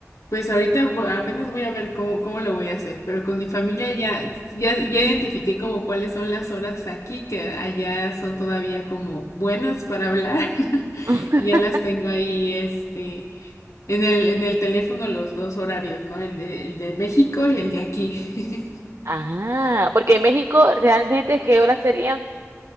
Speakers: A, on the left; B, on the right.
A: pues ahorita vo- apenas voy a ver cómo, cómo lo voy a hacer, pero con mi familia ya, ya, ya identifiqué como cuáles son las horas aquí, que allá son todavía como buenas para hablar, <laughs>
B: <laughs>
A: y ya las tengo ahí, este, en el, en el teléfono los dos horarios, ¿no? El de, el de México y el de aquí. <laughs>
B: Ah, porque en México realmente, ¿qué horas serían?